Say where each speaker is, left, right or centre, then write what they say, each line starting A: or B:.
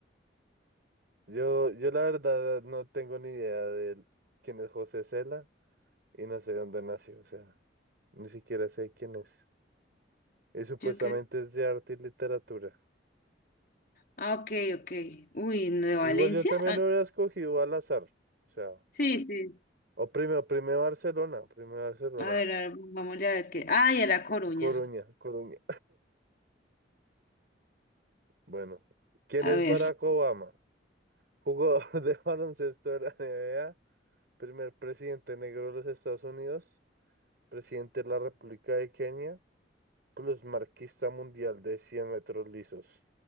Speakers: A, on the right (about 65°); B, on the left (about 55°).
A: Yo, yo la verdad no tengo ni idea de quién es José Cela y no sé dónde nació, o sea. Ni siquiera sé quién es. Y supuestamente
B: Yo creo.
A: es de arte y literatura.
B: Ah, ok, ok. Uy, ¿de Valencia?
A: Igual yo también
B: Ah,
A: hubiera escogido al azar. O sea,
B: sí, sí.
A: o primero primero Barcelona, primero Barcelona.
B: A ver, a ver, pongámosle a ver qué. Ah, y a La Coruña.
A: Coruña, Coruña. Bueno, ¿quién
B: A
A: es
B: ver.
A: Barack Obama? Jugador de <laughs> baloncesto de la NBA, primer presidente negro de los Estados Unidos, presidente de la República de Kenia, plus marquista mundial de 100 metros lisos.